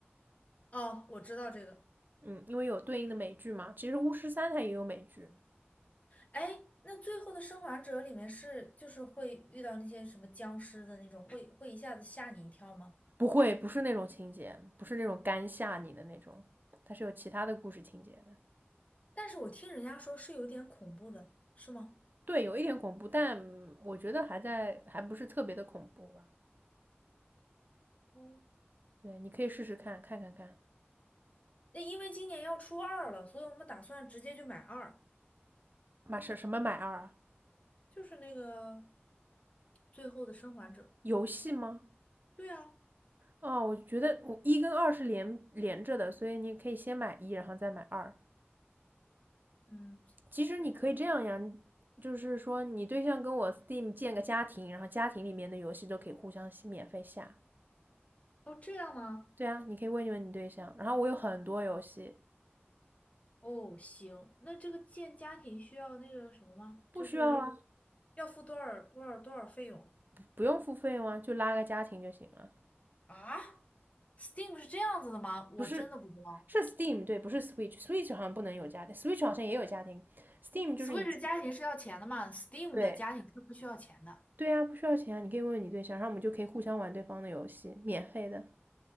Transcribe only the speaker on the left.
哦，我知道这个。
哎，那最后的生还者里面是就是会遇到那些什么僵尸的那种，会会一下子吓你一跳吗？
但是我听人家说是有点恐怖的，是吗？
哦，
那因为今年要出二了，所以我们打算直接就买二，
就是那个最后的生还者。
对啊，
嗯，
我的
哦，这样吗？
哦，行，那这个建家庭需要那个什么吗？
就是要付多少多少多少费用？
啊？Steam 是这样子的吗？我真的不知道。
Switch 家庭是要钱的嘛？Steam
的家庭是不需要钱的。